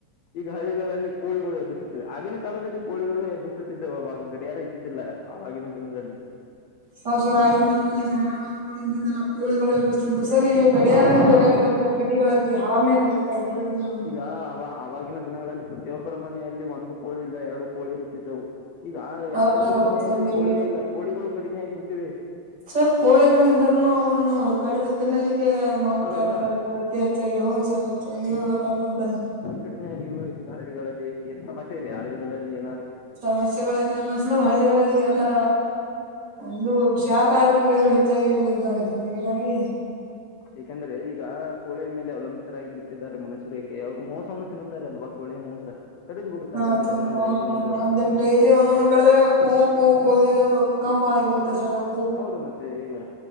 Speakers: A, on the left (about 75°); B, on the right (about 35°).
A: ಈಗ ಹಳ್ಳಿಗಳಲ್ಲಿ ಕೋಳಿಗಳು ಹೆಬ್ಬಿಸುತ್ತವೆ ಆಗಿನ ಕಾಲದಲ್ಲಿ ಕೋಳಿಗಳು ಎಬ್ಬಿಸುತ್ತಿದ್ದಾವು ಅವಾಗ ಗಡಿಯಾರ ಇದ್ದಿದ್ದಿಲ್ಲ. ಆಗಿನ ಜನೋದಲ್ಲಿ
B: ಹ ಸರ್ ದಿನದಲ್ಲಿ ಗಡಿಯಾರಗಳು ಇದ್ದೀದ್ದಿಲ್ಲ ಕೋಳಿಗಳೇ ಹೆಬ್ಬಸ್ ಸರ್ ಈಗ ಗಡಿಯಾರನ್ನೇ
A: ಈಗ
B: ಬೇಕಾಗಿಲ್ಲ ಸರ್ ಸಿಟಿಗಳಲ್ಲಿ ಹಾರ್ನೆ ಎಬ್ಬಸ್ತಾ ಇದ್ದಾವು ಎಲ್ಲಾ.
A: ಯ ಅವ ಆವಾಗಿನ ದಿನಗಳಲ್ಲಿ ಪ್ರತಿಯೊಬ್ಬರ ಮನೆಯಲ್ಲಿ ಒಂದು ಕೋಳಿ ಇಲ್ಲ ಎರಡು ಕೋಳಿ ಇರುತ್ತಿದ್ದವು. ಈಗ
B: ಹೌದ್
A: ಯಾರೊಬ್ಬರು
B: ಸರ್ ಹೌದ್
A: ಮನೆಯಲ್ಲಿ
B: ಸರ್ ಈಗ
A: ಕೋಳಿ ಇಲ್ಲ ಕೋಳಿಗಳು ಕಡಿಮೆ ಆಗಿ ಬಿಟ್ಟಿವೆ.
B: ಸರ್ ಕೋಳಿಗಳು ಇದರುನು ನಾವು ಅವನು ಕಡಿದು ತಿನ್ನಲಿಕ್ಕೆ ಮಾಡ್ತಾ
A: ಅದಲ್ವಾ
B: ಇದ್ದಾರೆ ಸರ್ ಅತಿ ಹೆಚ್ಚಾಗಿ ಹೌದು ಸರ್ ನೀವಳ್ತ ಬಂ
A: ಕಡಿಮೆ ಆಗಿವೆ ಈಗ ಹಳ್ಳಿಗಳಲ್ಲಿ ಏನ್ ಸಮಸ್ಯೆ ಇದೆ ಹಳ್ಳಿಗಳಲ್ಲಿ ಏನಾದ್ರೂ
B: ಸಮಸ್ಯೆಗಳು ಏನಿಲ್ಲ ಸರ್ ಹಳ್ಳಿಗಳಲ್ಲಿ ಎಲ್ಲಾ ಅದು ಶಾಖಾಹಾರಿ ಪ್ರಿಯರು ಹೆಚ್ಚಾಗಿ ಇದ್ದಾರೆ ಸರ್ ಹಂಗಾಗಿ
A: ಏಕೆಂದ್ರೆ ಈಗ ಕೋಳಿಯ ಮೇಲೆ ಅವಲಂಬಿತರಾಗಿ ಬಿಟ್ಟಿದ್ದಾರೆ ಮನುಷ್ಯರು ಯಾಕೆಂದರೆ ಮಾಂಸವನ್ನು ತಿನ್ನುತ್ತಾರೆ ಅಲ್ವಾ. ಕೋಳಿ ಮೋಸ ಕಡಿದು ಬಿಡ್ತಾರೆ
B: ಹಾ
A: ಒಂದು
B: ಸರ್
A: ದಿನಾಲೂ
B: ಮಾಂಸ
A: ಒಂದೊಂದು ಅಂತ.
B: ಅದನ್ ಡೈಲಿ ಒಂದೊಂದು ಕಡಿದ್ದಾರೆ ಕೂ ಕೂ ಕೋಗಿದೆ ಕಮ್ಮ್ ಆಗಿಬಿಡತೆ ಸರ್ ಅವು.
A: ಹೌದು ಮತ್ತೆ ಈಗ